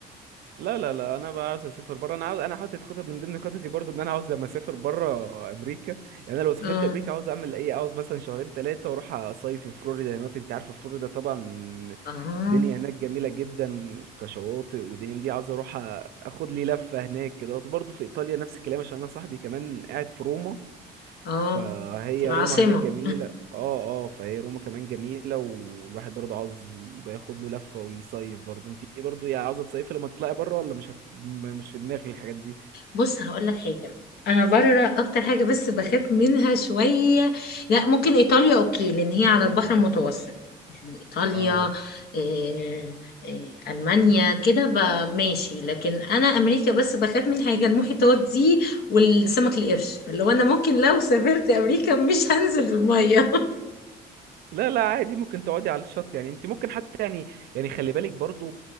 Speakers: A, on the right (about 65°); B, on the left (about 70°).
A: لا لا لا انا بقى عاوز اسافر بره انا عاوز انا حاطط خطط من ضمن خططي برضو ان انا عاوز لما اسافر بره امريكا يعني انا لو سافرت
B: اه
A: امريكا عاوز اعمل ايه عاوز مثلا شهرين ثلاثه واروح اصيف في فلوريدا هناك انت عارفه فلوريدا طبعا
B: اه
A: الدنيا هناك جميله جدا كشواطئ ودنيا من دي عاوز اروح أ- اخد لي لفه هناك كده برضو في ايطاليا نفس الكلام عشان انا صاحبي كمان قاعد في روما
B: اه
A: فهي
B: في العاصمة
A: روما هناك جميلة اه اه فهي روما كمان جميلة والواحد برضه عاوز يبقى ياخد له لفة ويصيف برضه انت ايه برضه يا عاوزة تصيفي لما تطلعي بره ولا مش هت... م- مش في دماغك الحاجات دي
B: بص هقول لك حاجه انا بره اكتر حاجه بس بخاف منها شويه لا ممكن ايطاليا اوكي لان هي على البحر المتوسط يعني ايطاليا
A: اه
B: إيه إيه المانيا كده ب- ماشي لكن انا امريكا بس بخاف من حاجه المحيطات دي والسمك القرش فلو انا ممكن لو سافرت امريكا مش هنزل الميه <laughs>
A: لا لا عادي ممكن تقعدي على الشط يعني انت ممكن حتى يعني يعني خلي بالك برضه